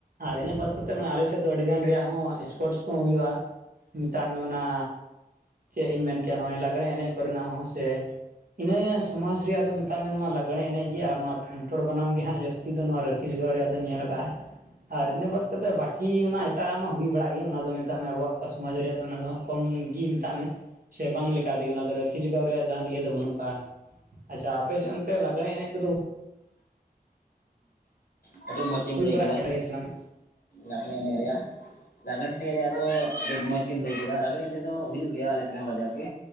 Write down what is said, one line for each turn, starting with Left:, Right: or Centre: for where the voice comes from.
Right: ᱟᱨ ᱤᱱᱟᱹ ᱵᱟᱫ ᱠᱟᱛᱮᱫ, ᱟᱞᱮᱥᱮᱫ ᱫᱚ ᱟᱹᱰᱤ ᱜᱟᱱ ᱨᱮᱭᱟ-ᱜ ᱦᱚᱸ ᱥᱯᱳᱨᱴᱥ ᱠᱚ ᱦᱚᱸ ᱦᱩᱭᱩᱜᱼᱟ᱾ ᱢᱮᱛᱟᱜ ᱢᱮ᱾ ᱚᱱᱟ ᱪᱮᱫ ᱤᱧ ᱢᱮᱱ ᱠᱮᱭᱟ᱾ ᱱᱚᱜᱼᱚᱭ ᱞᱟᱜᱽᱲᱮ ᱮᱱᱮᱡ ᱠᱚᱨᱮᱱᱟ-ᱜ ᱦᱚᱸ ᱥᱮ ᱤᱱᱟᱹ ᱥᱚᱢᱟᱡ ᱨᱮᱭᱟ-ᱜ ᱫᱚ᱾ ᱢᱮᱛᱟᱜ ᱢᱮ ᱱᱚᱣᱟ ᱞᱟᱜᱽᱲᱮᱸ ᱮᱱᱮᱡ ᱜᱮ ᱾ᱟᱨ ᱱᱚᱣᱟ ᱯᱷᱮᱱᱴᱲ ᱵᱟᱱᱟᱢ ᱜᱮ᱾ ᱦᱟᱸᱜ ᱡᱟᱹᱥᱛᱤ ᱤᱧ ᱫᱚ᱾ ᱱᱚᱣᱟ ᱨᱟᱹᱠᱷᱤ ᱡᱚᱜᱟᱣ ᱨᱮᱭᱟ-ᱜ ᱫᱚᱧ ᱧᱮᱞ ᱟᱠᱟᱫᱼᱟ᱾ ᱟᱨ ᱤᱱᱟᱹ ᱵᱟᱫᱽ ᱠᱟᱛᱮ, ᱠᱟᱛᱮᱫ ᱵᱟᱹᱠᱤ ᱚᱱᱟ ᱮᱴᱟ-ᱜ ᱢᱟ᱾ ᱦᱩᱭ ᱵᱟᱲᱟᱜ ᱜᱮ, ᱚᱱᱟ ᱫᱚ ᱢᱮᱛᱟ-ᱜ ᱢᱮ ᱾ ᱟᱵᱚᱣᱟᱜ ᱚᱠᱟ ᱥᱚᱢᱟᱡᱽ ᱨᱮᱭᱟᱜ ᱫᱚ᱾ ᱚᱱᱟ ᱫᱚ ᱦᱟᱸᱜ ᱠᱚᱢ ᱜᱤ ᱢᱮᱛᱟᱜ ᱢᱮ᱾ ᱥᱮ ᱵᱟᱝ ᱞᱮᱠᱟ ᱛᱮᱜᱮ᱾ ᱚᱱᱟ ᱫᱚ ᱠᱤᱪᱷᱩ ᱫᱚ ᱟᱹᱣᱨᱤᱭᱟ-ᱜ ᱡᱟᱦᱟᱱ ᱤᱭᱟᱹ ᱫᱚ ᱵᱟᱹᱱᱩᱜ ᱠᱟᱜ ᱟ᱾ ᱟᱪᱷᱟ ᱟᱯᱮ ᱥᱮᱱᱛᱮ ᱞᱟᱜᱽᱲᱮ ᱮᱱᱮᱡ ᱠᱚ-ᱫᱚ
Left: ᱦᱮᱸ᱾ ᱟᱹᱰᱤ ᱢᱚᱸᱡᱽ ᱮᱢ,
Right: ᱦᱩᱭ
Left: ᱞᱟᱹᱭ
Right: ᱵᱟᱲᱟᱜ
Left: ᱠᱮᱫᱟ᱾
Right: ᱜᱮᱭᱟ ᱛᱟᱞᱟᱝ ᱢᱮ
Left: ᱞᱟᱜᱽᱲᱮ ᱮᱱᱮᱡ ᱨᱮᱭᱟ-ᱜ᱾ ᱞᱟᱜᱽᱲᱮ ᱮᱱᱮᱡ ᱨᱮᱭᱟ-ᱜ ᱫᱚ᱾ ᱟᱹᱰᱤ ᱢᱚᱸᱡᱽ ᱜᱮᱢ ᱞᱟᱹᱭ ᱠᱮᱫᱼᱟ᱾ ᱞᱟᱸᱜᱽᱲᱮ ᱨᱮ ᱫᱚ ᱦᱩᱭᱩ-ᱜ ᱜᱮᱭᱟ᱾ ᱟᱞᱮ ᱥᱮᱫ ᱵᱟᱡᱟᱨ ᱨᱮ